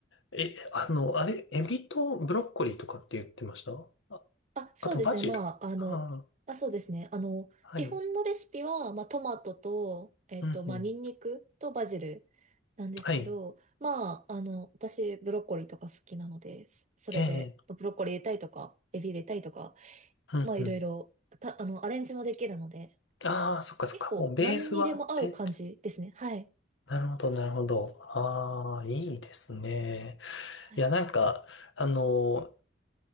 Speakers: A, on the left; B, on the right.
A: え、あの、あれ、エビとブロッコリーとかって言ってましたあ、
B: あ、そうですね。
A: あとバジル。
B: まあ、あの、
A: あ
B: あ、そうですね。あの、
A: あ、
B: 基本のレシピは、
A: はい。
B: まあ、トマトと、えっと、
A: うんうん。
B: まあ、ニンニクとバジルなんですけど、
A: はい。
B: まあ、あの、私、ブロッコリーとか好きなので、それで、
A: ええ、
B: まあブロッコリー入れたいとか、エビ入れたいとか、
A: うんうん。
B: まあ、いろいろ、た、あの、アレンジもできるので、
A: ああ、そっかそっか。
B: 結構、
A: もうベースはあって。
B: 何にでも合う感じですね。はい。
A: なるほど、なるほど。ああ、いいですね。
B: はい
A: いや、なんか、あの、